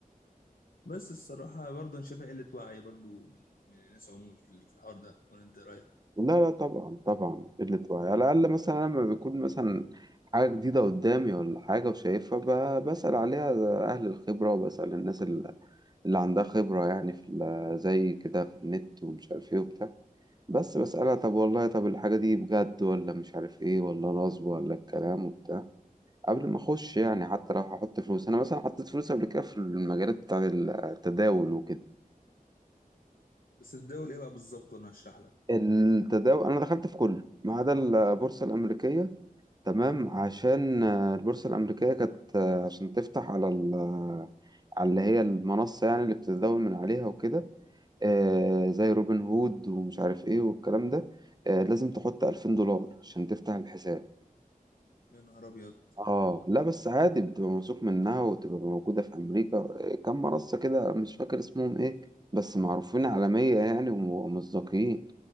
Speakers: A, on the left; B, on the right.
A: بس الصراحة برضه أنا شايفها قلة وعي برضه من من الناس عموما في في الحوار ده ولا أنت إيه رأيك؟
B: لا لا طبعا طبعا قله وعي على الاقل مثلا لما بيكون مثلا حاجه جديده قدامي ولا حاجه وشايفها ب- بسال عليها اهل الخبره وبسال الناس ال- اللي عندها خبره يعني في ال- زي كده في النت ومش عارف ايه وبتاع بس بسالها طب والله طب الحاجه دي بجد ولا مش عارف ايه ولا نصب ولا الكلام وبتاع قبل ما اخش يعني حتى لو هحط فلوس انا مثلا حطيت فلوس قبل كده في المجالات بتاع التداول وكده
A: بس الدول إيه بقى بالظبط وأنا هشرح لك
B: التداول انا دخلت في كله ما عدا البورصه الامريكيه تمام عشان آه، البورصه الامريكيه كانت آه، عشان تفتح على ال- آه، على اللي هي المنصه يعني اللي بتتداول من عليها وكده آه، زي روبن هود ومش عارف ايه والكلام ده آه، لازم تحط 2000 دولار عشان تفتح الحساب
A: يا نهار أبيض
B: اه لا بس عادي بتبقى موثوق منها وتبقى موجودة في أمريكا آه، كم منصة كده مش فاكر اسمهم ايه بس معروفين عالمية يعني ومصداقين